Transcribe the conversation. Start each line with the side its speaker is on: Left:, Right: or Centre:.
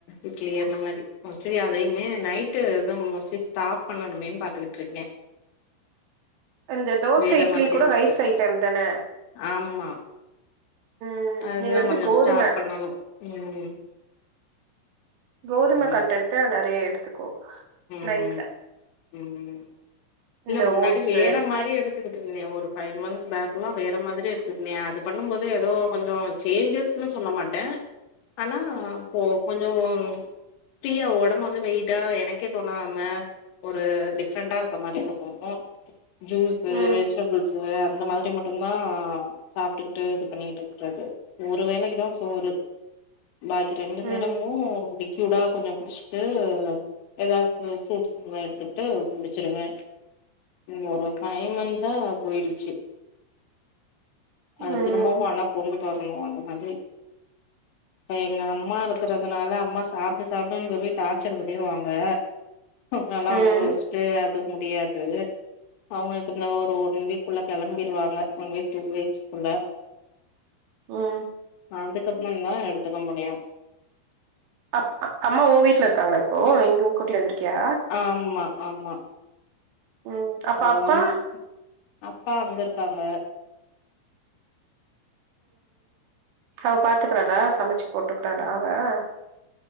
Left: இட்லி அந்த மாரி மோஸ்ட்லி அதையுமே நைட் டு அதும் மோஸ்ட்லி ஸ்டாப் பண்ணணுமேன் பாத்துகிட்ருக்கே
Right: இந்த தோசை,
Left: வேற
Right: இட்லி
Left: மாரி
Right: கூட
Left: எடுத்துட்டு
Right: ரைஸ் ஐட்டம் தான?
Left: ஆமா
Right: ம்.
Left: அதுதா
Right: நீ வந்து
Left: கொஞ்சோ
Right: கோதும
Left: ஸ்டாப் பண்ணணு ம்
Right: கோதும
Left: ம்
Right: கன்டென்ட்டு நறைய எடுத்துக்கோ
Left: ம்
Right: நைட்ல
Left: ம் இல்ல
Right: இந்த
Left: முன்னாடி
Right: ஓட்ஸு
Left: வேற மாரி எடு த்துகிட்டு இருந்தே ஒரு ஃபை மந்த்ஸ் பேக்குலா வேற மாதிரி எடுத்துக்னே அது பண்ணுமோது எதோ கொஞ்சோ சேஞ்சஸ்னு சொல்ல மாட்ட ஆனா போ கொஞ்சோ ஃப்ரீயா ஒடம் வந்து வெயிட்டா எனக் கே தோணாம ஒரு டிஃப்ரெண்டா இருக்க மாரி இருக்கு ஜூஸு
Right: ம்.
Left: வெஜ்டபிள்ஸு அந்த மாதிரி மட் டும்தா சாப்ட்டுக்கிட்டு இது பண்ணிகிட்ருக்றது ஒரு வேலைக்குதா சோறு பாக்கி ரெண்டு
Right: ம்.
Left: நேரமு லிக்யூடா கொஞ்சோ குடிஸ்டு எதாது ஃப்ரூட்ஸ் இர்ந்தா எடுத்துக்கிட்டு முடிச்சிருவ இந்த ஒரு ஃபை மன்ஸா போய்டுச்சு
Right: ம்.
Left: அத திரும் பவு ஆனா கொண்டுட்டு வர்ணு அந்த மாதிரி இப்ப எங்க அம்மா இருக்கறதுனால அம்மா சாப்டு சாப்டுன் சொல்லி டார்ச்சர் பண்ணிருவாங் க அதுனால
Right: ம்.
Left: அவுங்கள வஸ்ட்டு அது முடியாது அவ்ங்க இப்ப இந்த ஒரு ஒன் வீக்குள்ள கெளம்பிருவாங்க ஒன் வீக் டூ வீக்ஸ்குள்ள
Right: ம்
Left: அதுக்கப்புறந்தா எடுத்துக்க முடியு
Right: அப் அம்மா ஊன் வீட்ல இருக்காங்ளா இப்போ இங்க கூட்டிட்டு வந்துர்க்யா
Left: ஆமா ஆமா
Right: ம் அப்ப
Left: அதுவா
Right: அப்பா
Left: ஒண்ணே அப்பா அங்க இருக்காங்க
Right: அவன் பாத்துக்கிறானா சமச்சு போட்டுக்றானா அவன்